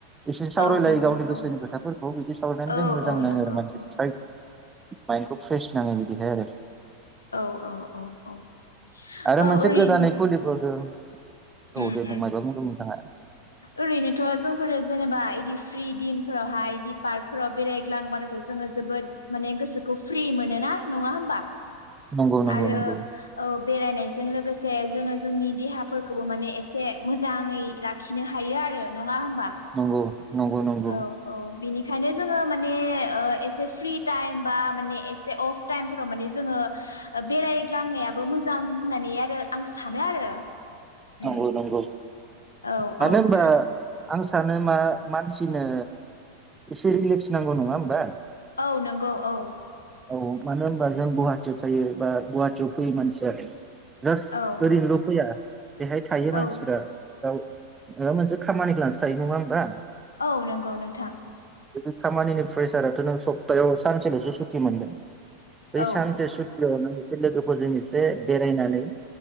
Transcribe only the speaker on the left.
औ नंगौ
औ
औ
औ
नंगौ
औ
औ औ औ औ
ओरैनो
उम
उम
ओरैनोथ' जोंफोरो जेनेबा इक दिफ्रि दिनफोरावहाय इदि पार्कफोराव बेरायग्लांबानोथाव जोङो जोबोद माने गोसोखौ फ्रि मोनो ना नङा होमबा?
आरो
औ बेरायनायस जों लोगोसे जोङो जोंनि देहाफोरखौ मानसे मोजाङै लाख खिनो हायो आरो न नङा होमबा?
औ औ बिनिखायनो जोङो माने ओ एस से फ्रि टाइम बा माने एसे अफ टाइम। टाइमफोराव माने जोङो ओ बेरायग्लांनायाबो मोजां होननानै आरो आं सानो आरो।
उम
औ
औ।
औ नंगौ औ।
औ
औ
औ नंगौ नोंथां।
औ